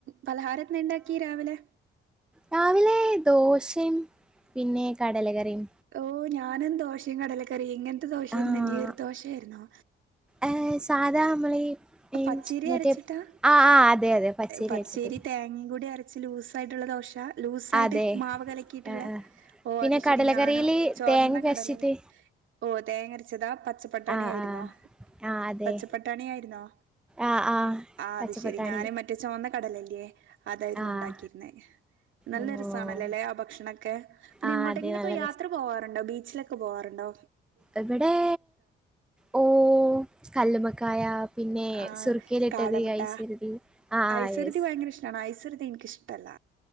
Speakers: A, on the right; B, in the centre.
A: പലഹാരന്തെണ്ടാക്യ രാവിലെ
B: രാവിലെ ദോശയും പിന്നെ കടല കറിം
A: ഓ ഞാനുംന്തോഷിം കടലക്കറിംയ് ട്ട് ദോശര്ന്നേങ്കി
B: ആഹ്
A: നീർ ദോശേർന്നോ
B: ഏഹ് സാധാ നമ്മളീ ഈ
A: പച്ചേരി
B: മറ്റേ
A: അരച്ചിട്ടാ
B: ആഹ് ആഹ് അതെ അതെ പച്ചരി
A: പച്ചേരി
B: അരച്ചിട്ട്
A: തേങ്ങയും കൂടി അര ച്ച് ലൂസ് ആയിട്ടുള്ള ദോശ ലൂസായിട്ട്
B: അതെ
A: മാവ് കലക്കിയിട്ളേ
B: ആഹ് ആഹ്
A: ഓ
B: പിന്നെ
A: അത് ശരി
B: കടലക്കറിയില്
A: ഞാനോ ചോർന്ന
B: തേങ്ങക്കെ
A: കടലറി
B: അരച്ചിട്ട്
A: ഓ തേങ്ങര <unintelligible> ച്ചപ്പട്ടാണി
B: ആഹ്
A: ആയിരുന്നോ
B: ആഹ് ആഹ് അതെ
A: പച്ചപ്പട്ടാണി ആയിരുന്നോ
B: ആഹ് ആഹ്
A: ആ അത്
B: പച്ചപ്പട്ടാണി
A: ശരി ഞാന് മറ്റേച്ചോ കടലല്ലേ അതായിരുന്നു
B: ആഹ്
A: ഉണ്ടാക്കിയിര്ന്നേ നല്ല
B: ഓഹ്
A: രസാണലല്ലേ ആ ഭക്ഷണൊക്കെ പിന്നെ
B: ആഹ്
A: എങ്ങോട്ടെങ്കിലൊക്കെ
B: അതെ നല്ല
A: യാത്ര പോവാറ്ണ്ടോ ബീച്ച്ലൊക്കെ പോവാറ്ണ്ടോ
B: എവിടെ ഓ കല്ലുമക്കായ പിന്നെ ഏ
A: ആ
B: സുർക്കി ലിട്ടത്
A: കാടമുട്ട
B: ഐസൊരതി അ ആ
A: ഐസുരുതി
B: യെസ്
A: ഭയങ്കര ഇഷ്ടാണ് ഐസുരുതി എനിക്കിഷ്ടല്ല